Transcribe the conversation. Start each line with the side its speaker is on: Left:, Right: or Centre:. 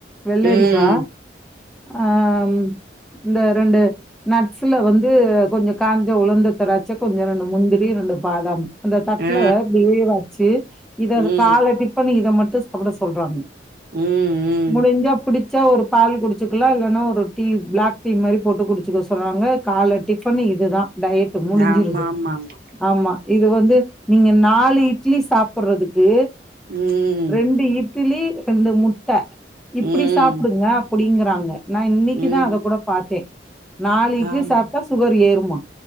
Centre: வெள்ளரிக்கா
Right: ம் ம்
Centre: ஆ ம் இந்த ரெண்டு நட்ஸ்ல வந்து கொஞ்சோ காஞ்ச உளர்ந்த திராச்ச கொஞ்சோ ரெண்டு முந்திரி ரெண்டு பாதாம் அந்த தட்டுல
Right: ஆ
Centre: இப்டியே வச்சு இத
Right: ம்
Centre: கால டிப்பன்னு இத மட்டு சாப்ட சொல்றாங்க
Right: ம் ம்
Centre: முடுஞ்சா புடுச்சா ஒரு பால் குடிச்சுக்கலா இல்லன்னா ஒரு டீ பிளாக் டீ மாரி போட்டு குடுச்சுக்க சொ புற்றாங்க கால டிஃபன் இதுதா டயட்டு முடுஞ்சுருது
Right: ஆமா ஆமா ஆமா
Centre: ஆமா இது வந்து நீங்க நாலு இட்லி சாப்புற்றதுக்கு
Right: ம்
Centre: ரெண்டு இட்டிலி ரெண்டு முட்ட இப்டி
Right: ம்
Centre: சாப்டுங்க அப்டிங்குறாங்க நா இன்னைக்குதா
Right: ம்
Centre: அத கூட பாத்தே நாலு இட்லி
Right: ஆமா
Centre: சாப்ட்டா சுகர் ஏறுமா